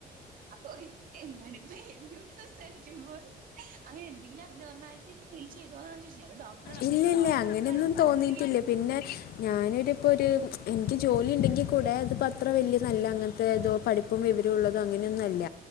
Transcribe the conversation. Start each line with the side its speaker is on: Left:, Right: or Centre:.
Right: അപ്പൊ എന്താണ് ഇപ്പ എന്നോട് സംസാരിക്കുമ്പോൾ അങ്ങനെ എന്തങ്കിലും അബ്നോർമാലിറ്റീസ് ഫീൽ ചെയ്താേന്നാണ് ചോയ്ച്ചേ ഞാനൊര് ഡോ നമ്മളവ
Left: ഇല്ല ഇല്ല
Right: <unintelligible> തലയ
Left: അങ്ങനെയൊന്നും
Right: <unintelligible>
Left: തോന്നിയിട്ടില്ല
Right: ശ്രധിക്കും
Left: പിന്നെ ഞാനൊരിപ്പോ ഒരു ഫസ് എനിക്ക് ജോലി ഉണ്ടെങ്കി കൂടെ അതിപ്പോ അത്ര വലിയ നല്ല അങ്ങനത്തെതോ പഠിപ്പ ഠിപ്പും വിവരുംള്ളതോ അങ്ങനെയൊന്നും അല്ല